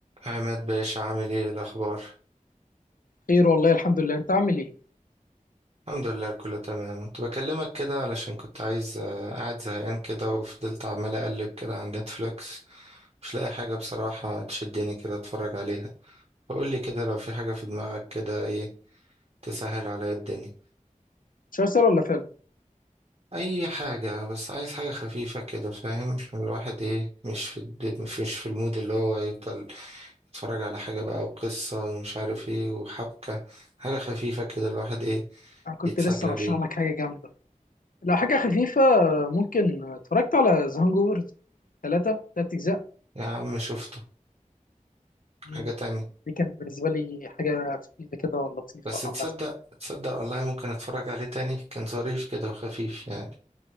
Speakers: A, on the right; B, on the left.
A: عماد باشا عامل ايه إيه الاخبار
B: خير والله الحمد لله انت عامل ايه
A: الحمد لله كله تمام كنت بكلمك كده علشان كنت عايز آه، قاعد زهقان كده وفضلت عمال اقلب كده على نتفليكس مش لاقي حاجه بصراحه تشدني كده اتفرج عليها فقول لي كده لو في حاجه في دماغك كده ايه تسهل عليا الدنيا
B: مسلسل ولا فيلم
A: اي حاجه بس عايز حاجه خفيفه كده فاهم الواحد ايه مش في الد- مش في المود اللي هو يفضل يتفرج على حاجه بقى وقصه ومش عارف ايه وحبكه حاجه خفيفه كده الواحد ايه
B: انا كنت
A: يتسلى
B: لسه رشح
A: بيها
B: لك حاجه جامده لو حاجه خفيفه ممكن اتفرجت على ذا هانجوفر ثلاثة ثلاث اجزاء
A: يا عم شفته
B: مم.
A: حاجة تانية
B: دي كانت بالنسبه لي حاجه خفيفه كده ولطيفه
A: بس تصدق
B: عامه
A: تصدق والله ممكن اتفرج عليه تاني كان ظريف كده وخفيف يعني